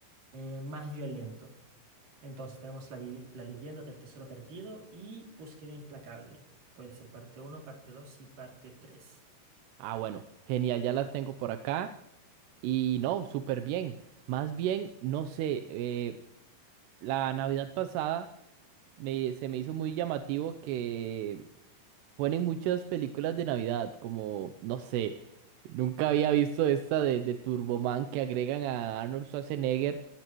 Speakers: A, on the right; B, on the right.
A: eh, más violento. Entonces tenemos la, li- la leyenda del tesoro perdido y Búsqueda implacable. Puede ser parte uno, parte 2 y parte 3.
B: Ah, bueno, genial, ya las tengo por acá. Y no, súper bien. Más bien, no sé, eh, la Navidad pasada. me, se me hizo muy llamativo que ponen muchas películas de Navidad, como, no sé, nunca había visto esta de, de Turboman que agregan a Arnold Schwarzenegger